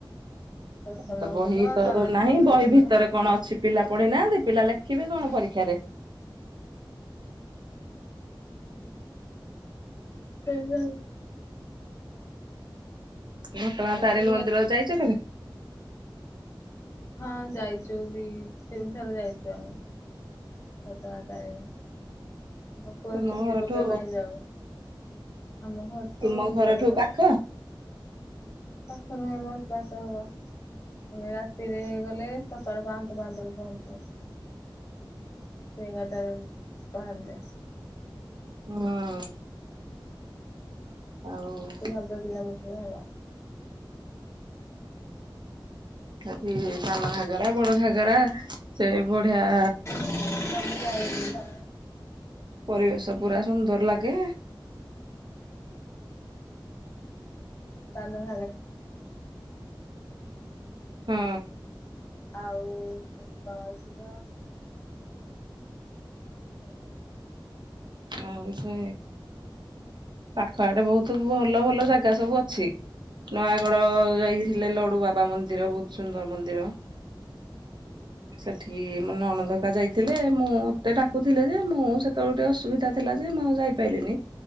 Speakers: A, on the left; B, on the right.
A: ପ୍ରଥମ
B: ତମେ ତ ବହି
A: ଏକକ
B: ତ
A: ତାପରେ ଦ୍ଵିତୀୟ
B: ନାହିଁ ବହି
A: ଏକକ।
B: ଭିତରେ କଣ ଅଛି ପିଲା ପଢିନାହାନ୍ତି ପିଲା ଲେଖିବେ କଣ
A: ହୁଁ।
B: ପରୀକ୍ଷାରେ।
A: ହୁଁ ହୁଁ।
B: ଘଟଗାଁ
A: ବହି
B: ତାରିଣୀ ମନ୍ଦିର ଯାଇଛ କେବେ।
A: ହଁ ଯାଇଛୁ ଦି ତିନି ଥର ଯାଇଛୁ ଆମେ। ଘଟଗାଁ ତାରିଣୀ। ଆମ ପୁଅର
B: ତୁମ
A: ଚୁଟି
B: ଘରଠୁ
A: ପକେଇବା ପାଇଁ ଯାଉ ଆମ ଘରୁ। ଠୁ
B: ତୁମ
A: ଏତେ
B: ଘରଠୁ
A: ବାଟ ହବ।
B: ପାଖ
A: ତାଙ୍କୁ ନୁହେଁ ବହୁତ ବାଟ ହବ ଆମେ ରାତିରେ ଗଲେ। ସକାଳେ ପହାନ୍ତା ପାହାନ୍ତା ରେ ପହଞ୍ଚୁ। ରାତି ଏଗାର ଟାରେ ବାହାରିଲେ।
B: ହଁ। ଆଉ
A: ଅଶୀ ନବେ କିଲୋମଟ ହବ।
B: ସେଠି ସାନ ଘାଗରା ବଡ ଘାଗରା ସେ ବଢିଆ
A: <unintelligible>
B: ପରିବେଶ ପୁରା ସୁନ୍ଦର ଲାଗେ।
A: ସାନ <unintelligible>
B: ହଁ
A: ଆଉ ସେଠି କଣ ଅଛି ତ? <inaudible>
B: ଆଉ ସେ ପାଖ ଆଡେ ବହୁତ ଭଲ ଭଲ ଜାଗା ସବୁ ଅଛି। ନୟାଗଡ ଯାଇଥିଲେ ଲଡୁ ବାବା ମନ୍ଦିର ବହୁତ ସୁନ୍ଦର ମନ୍ଦିର। ସେଠିକି ମୋ ନଣ ଧକା ଯାଇଥିଲେ ମୁଁ ମତେ ଡାକୁଥିଲେ ଯେ ମୁଁ ସେତେବେଳେ ଗୋେ ଅସୁବିଧା ଥିଲା ଯେ ମୁଁ ଆଉ ଯାଇି ପାଇଲିନି